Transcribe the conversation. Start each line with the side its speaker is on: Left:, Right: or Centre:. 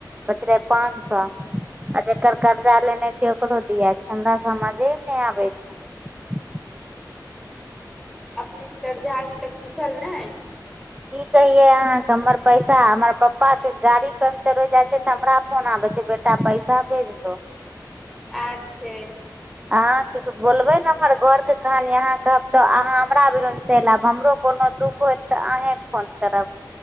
Right: बच रहै पाँच सए आ जकर कर्जा लेने छै ओकरो दिएके छै हमरा सभजेमे नहि आबै छै
Centre: अपने के कर्जा अभी तक टुटल नै।
Right: की कहियै अहांके हमर पैसा हमर पपाके गाड़ी पंचर हो जाइ छै त हमरा फोन आबै छै बेटा पैसा भेज दो।
Centre: आच्छे
Right: अहाँके बोलबै न हमर घर के कहानी अहाँके तऽ अहाँ हमरा भरोन चलि आएब हमरो कोनो दुःख होयत तऽ अहेँके फोन करब